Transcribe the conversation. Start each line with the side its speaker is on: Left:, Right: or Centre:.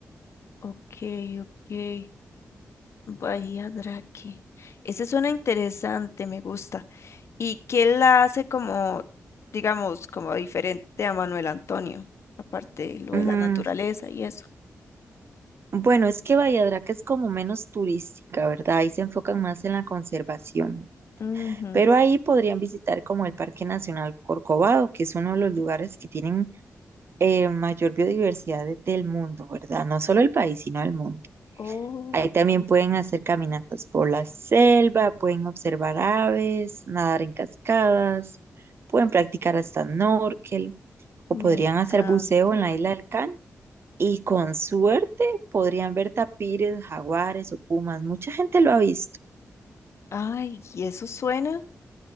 Left: ok, ok. Bahía Drake. Ese suena interesante, me gusta. ¿Y qué la hace como, digamos, como diferente a Manuel Antonio? Aparte de lo
Right: Mm,
Left: de la naturaleza y eso.
Right: bueno, es que Bahía Draque es como menos turística, ¿verdad? Ahí se enfocan más en la conservación.
Left: Ujú.
Right: Pero ahí podrían visitar como el Parque Nacional Corcovado, que es uno de los lugares que tienen eh, mayor biodiversidad de- del mundo, ¿verdad? No solo el país, sino el mundo.
Left: Oh,
Right: Ahí también pueden hacer caminatas por la selva, pueden observar aves, nadar en cascadas, pueden practicar hasta snorkel o podrían
Left: me encanta.
Right: hacer buceo en la isla del Can. Y con suerte podrían ver tapires, jaguares o pumas. Mucha gente lo ha visto.
Left: Ay, ¿y eso suena?